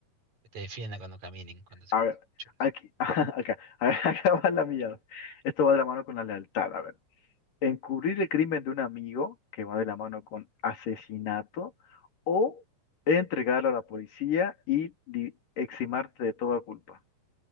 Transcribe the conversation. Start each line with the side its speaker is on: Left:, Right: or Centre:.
Right: Que te defienda cuando caminen, cuando se
Left: A
Right: se-
Left: ver,
Right: choras.
Left: aquí, <laughs> acá, a ver, <laughs> acá va la mía. Esto va de la mano con la lealtad, a ver. encubrir el crimen de un amigo, que va de la mano con asesinato, o entregarlo a la policía y di- eximarte de toda culpa.